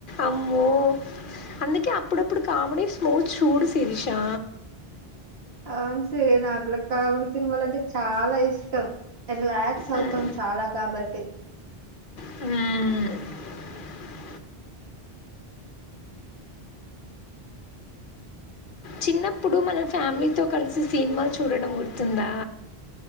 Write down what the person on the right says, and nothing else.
అవును సరే నా గుడ కామిడి సినీమలు అంటే చాలా ఇష్టం. రిలాక్స్
అవుతాం చాలా కాబట్టి